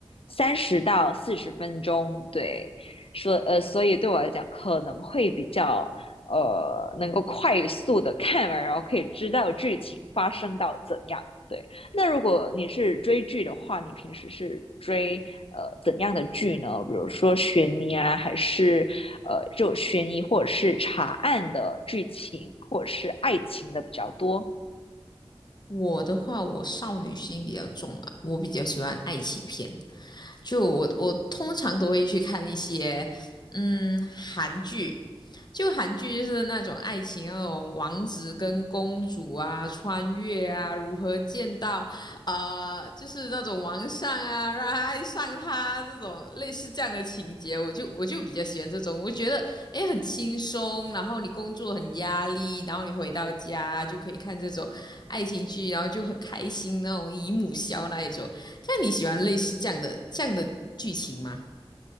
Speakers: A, on the left (about 65°); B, on the left (about 45°).
A: 三十到四十分钟，对，说呃，所以对我来讲可能会比较呃能够快速的看完，然后可以知道剧情发生到怎样，对。那如果你是追剧的话，你平时是追呃怎样的剧呢？比如说悬疑啊，还是呃就悬疑或者是查案的剧情，或者是爱情的比较多？
B: 我的话，我少女心比较重啊，我比较喜欢爱情片。就我我通常都会去看一些嗯韩剧，就韩剧就是那种爱情那种王子跟公主啊，穿越啊，如何见到呃，就是那种王上啊，让他爱上他这种类似这样的情节，我就我就比较喜欢这种，我觉得诶很轻松，然后你工作很压力，然后你回到家就可以看这种。爱情剧，然后就很开心那种姨母笑那一种。但你喜欢类似这样的这样的剧情吗？